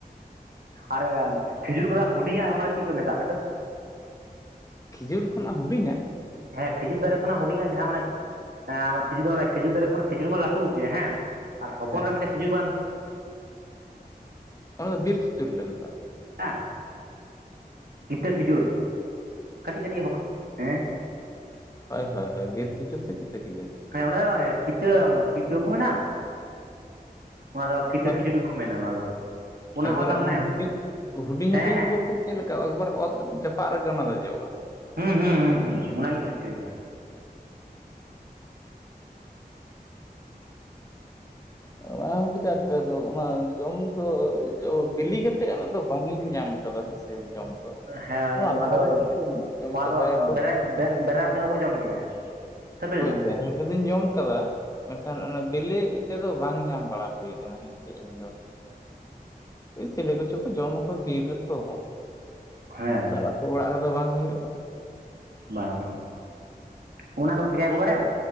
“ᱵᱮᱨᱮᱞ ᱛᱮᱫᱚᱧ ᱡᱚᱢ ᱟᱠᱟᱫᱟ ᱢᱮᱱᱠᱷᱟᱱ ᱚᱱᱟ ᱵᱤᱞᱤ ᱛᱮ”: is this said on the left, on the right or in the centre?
Left